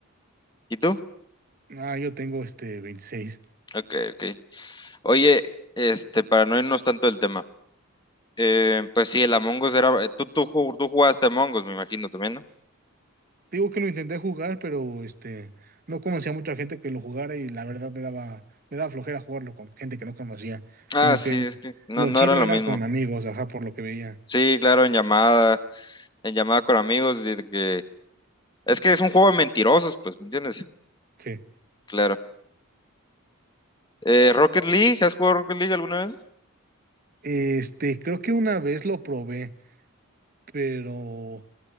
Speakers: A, on the left; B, on the right.
A: ¿Y tú?
B: Ah, yo tengo este 26.
A: Ok, ok. Oye, este, para no irnos tanto del tema. eh, pues sí, el Among Us era. Tú, tú, ju- tú jugaste Among Us, me imagino también, ¿no?
B: Digo que lo intenté jugar, pero este no conocía mucha gente que lo jugara y la verdad me daba, me daba flojera jugarlo con gente que no conocía.
A: Ah,
B: Como
A: sí,
B: que
A: es que no,
B: lo
A: no
B: chido
A: era lo
B: era
A: mismo.
B: con amigos, ajá, por lo que veía.
A: Sí, claro, en llamada, en llamada con amigos, de que es que es un juego de mentirosos, pues, ¿me entiendes?
B: Sí.
A: Claro. Eh, Rocket League, ¿has jugado Rocket League alguna vez?
B: Este, creo que una vez lo probé, pero